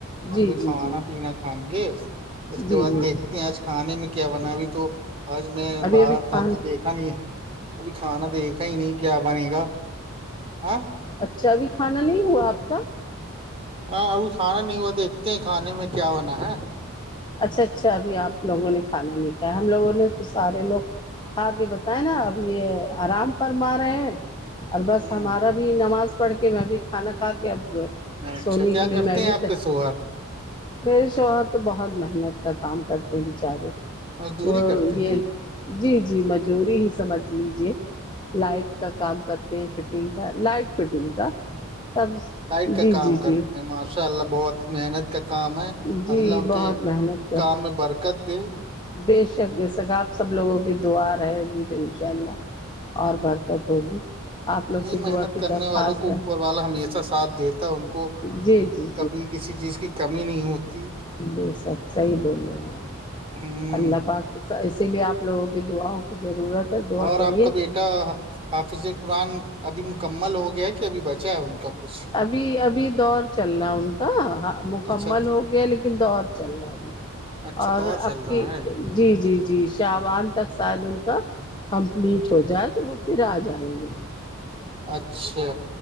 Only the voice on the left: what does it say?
جی جی
جی
جی
جی
ابھی
ابھی
کھان
اچھا ابھی کھانا نہیں ہوا آپ کا
اچھا اچھا ابھی آپ لوگوں نے کھانا نہیں کھایا ہم لوگوں نے تو سارے لوگ آگے بتائے نا اب یہ آرام پر مار رہے ہیں اور بس
ہمارا بھی نماز پڑھ کے میں بھی کھانا کھا کے اب
سونے
کے لیے
میں
بھی
ہے
میرے شوہر تو بہت محنت کا کام کرتے ہیں بچارے
وہ
یہ
جی جی مجوری ہی سمجھ لیجے لائٹ کا کام کرتے ہیں فٹنگ کا لائٹ فٹنگ کا تب
جی جی
جی
جی
بہت
محنت کر
بے شک بے شک آپ سب لوگوں کی دعا رہے گی تو انشاء اللہ اور برکت ہوگی آپ
لوگ کی
دعا کی
درخواست
ہے
جی جی
ج سب صحیح بول رہے ہیں آپ
اللہ پاک اسی لیے آپ لوگوں کی دعا کی ضرورت ہے
کریے
ابھی ابھی دور چل رہا ہے ان کا مکمل
ہو گیا لیکن دور چل رہا ابھی
اور
آپ کی
جی جی جی شوان تک شاید ان کا کمپلیٹ ہو جائے تو وہ پھر آ جائیں گے